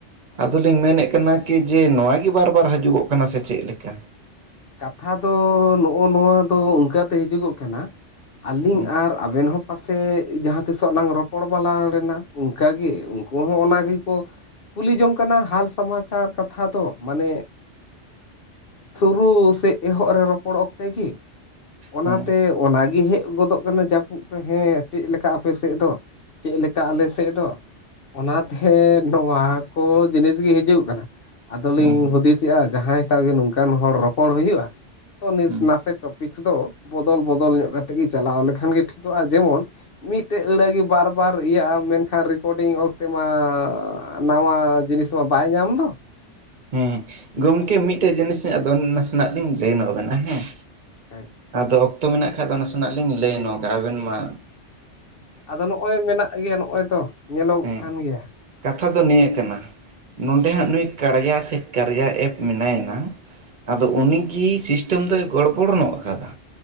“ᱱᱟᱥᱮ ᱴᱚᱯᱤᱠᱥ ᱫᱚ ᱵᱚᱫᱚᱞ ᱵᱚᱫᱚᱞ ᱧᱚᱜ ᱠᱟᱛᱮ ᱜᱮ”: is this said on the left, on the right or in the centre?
Left